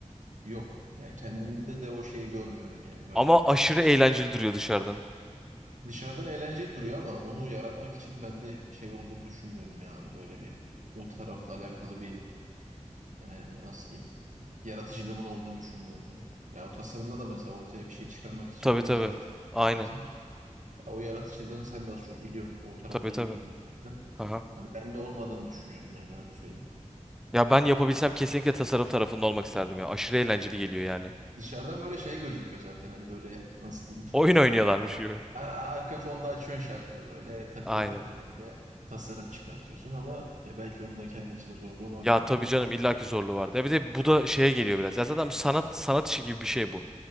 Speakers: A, on the right; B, in the centre.
A: Yok. Yani kendimde de o şeyi görmüyorum yani böyle.
B: Ama aşırı eğlenceli duruyor dışarıdan.
A: Dışarıdan eğlenceli duruyor ama onu yaratmak için bende şey olduğunu düşünmüyorum yani böyle bir o tarafla alakalı bir e, nasıl diyeyim yaratıcılığımın olduğunu düşünmüyorum yani. Ya o tasarımda da mesela ortaya bir şey çıkarmak için
B: Tabii
A: biraz
B: tabii.
A: yaratıcı
B: Aynen.
A: lazım. Ya o yaratıcılığını sen de az çok biliyorsun. O tarafla
B: Tabii tabii.
A: ilgileniyorum zaten.
B: Haha.
A: Hani ben de olmadığını düşünüyorum yani öyle söyleyeyim.
B: Ya ben yapabilsem kesinlikle tasarım tarafında olmak isterdim ya. Aşırı eğlenceli geliyor yani.
A: Dışarıdan böyle şey gözüküyor zaten hani böyle nasıl diyeyim.
B: Oyun oynuyorlarmış gibi.
A: A- a- Arka fonda açıyorsun şarkını böyle takıla
B: Aynen.
A: takıla böyle tasarım çıkartıyorsun ama e, belki onun da kendi içinde zorluğu vardır
B: Ya
A: yani.
B: tabii canım illaki zorluğu vardı. Ya bir de bu da şeye geliyor biraz. Ya zaten bu sanat sanat işi gibi bir şey bu.